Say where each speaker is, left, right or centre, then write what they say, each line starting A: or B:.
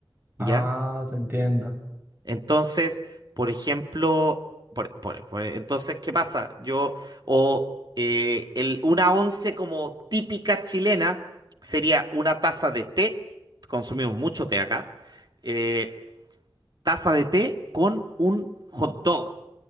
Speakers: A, on the right (about 25°); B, on the right (about 55°).
A: Ah,
B: ¿ya?
A: te entiendo.
B: Entonces, por ejemplo, por- por- por- entonces, ¿qué pasa? Yo, o eh, el- una once como típica chilena sería una taza de té, consumimos mucho té acá, eh, taza de té con un hot dog